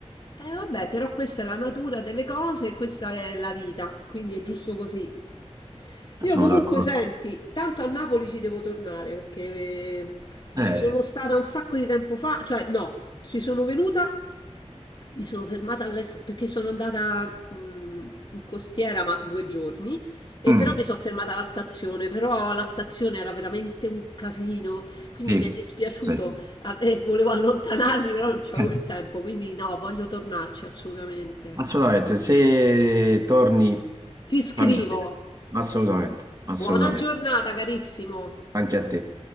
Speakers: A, on the left; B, on the right.
A: Eh vabbè, però questa è la natura delle cose, questa è la vita, quindi è giusto così. Io
B: Sono
A: comunque
B: d'accordo.
A: senti, tanto a Napoli ci devo tornare perché eh,
B: Eh,
A: ci sono stata un sacco di tempo fa, cioè no, ci sono venuta mi sono fermata all'est- perché sono andata mh, in costiera, ma due giorni, e
B: mm,
A: però mi sono fermata alla stazione, però la stazione era veramente un casino, quindi
B: sì,
A: mi è dispiaciuto
B: sì. <laughs>
A: a- e volevo allontanarmi, però non c'avevo
B: Eh,
A: il tempo, quindi no, voglio tornarci assolutamente.
B: Assolutamente, se torni
A: Ti scrivo.
B: fammi sapere. Assolutamente, assolutamente.
A: Buona giornata, carissimo.
B: Anche a te.